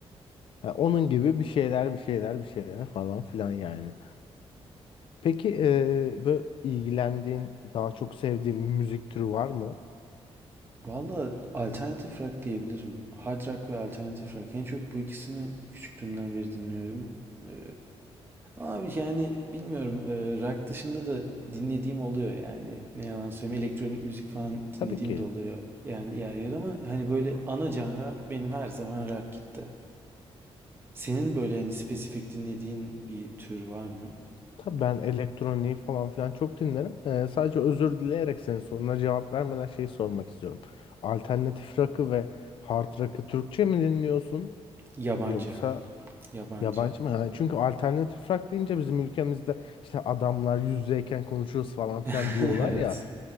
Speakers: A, on the left (about 55°); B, on the right (about 20°).
A: ha, onun gibi bir şeyler bir şeyler bir şeyler falan filan yani. Peki e, böyle ilgilendiğin daha çok sevdiğin bir müzik türü var mı?
B: Valla alternatif rock diyebilirim. Hard rock ve alternatif rock. En çok bu ikisini küçüklüğümden beri dinliyorum. Ee, abi yani bilmiyorum. Ee, rock dışında da dinlediğim oluyor yani. Ne yalan söyleyeyim. Elektronik müzik falan
A: Tabii
B: dinlediğim
A: ki.
B: de oluyor. Yani yer yer ama hani böyle ana canra benim her zaman rock gitti. Senin böyle hani spesifik dinlediğin bir tür var mı?
A: Tabii ben elektroniği falan filan çok dinlerim. Ee, sadece özür dileyerek senin soruna cevap vermeden şeyi sormak istiyorum. Alternatif rock'ı ve hard rock'ı Türkçe mi dinliyorsun
B: Yabancı.
A: yoksa
B: Yabancı.
A: yabancı mı? Yani çünkü alternatif rock deyince bizim ülkemizde işte adamlar yüz yüzeyken konuşuruz falan filan
B: <laughs>
A: diyorlar
B: Evet.
A: ya.